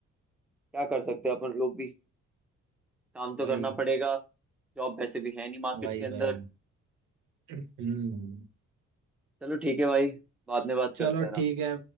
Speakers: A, in the centre; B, on the right (about 80°).
A: क्या कर सकते हैं अपन लोग भी काम तो
B: भाई
A: करना पड़ेगा जॉब वैसे भी है नहीं मार्केट
B: भाई
A: के अंदर
B: भाई हम्म
A: चलो ठीक है भाई बाद में बात
B: चलो
A: करते हैं आराम
B: ठीक
A: से
B: है